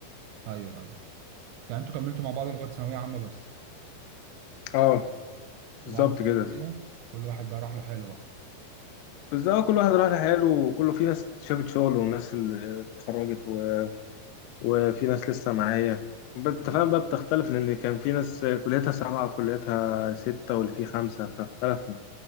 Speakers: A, on the right (about 85°); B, on the left (about 85°).
A: ايوه ايوه يعني انتوا كملتوا مع بعض لغايه ثانويه عامه بس
B: آه بالظبط
A: وبعد الثانويه
B: كده
A: كل واحد بقى راح له حلو بقى
B: بس اه كل واحد راح لحاله وكله في ناس شافت شغل وناس اللي اتخرجت و... وفي ناس لسه معايا ب- انت
A: ايوه
B: فاهم بقى بتختلف لان كان في ناس كليتها سبعة وكليتها ستة واللي فيه خمسة فاختلفنا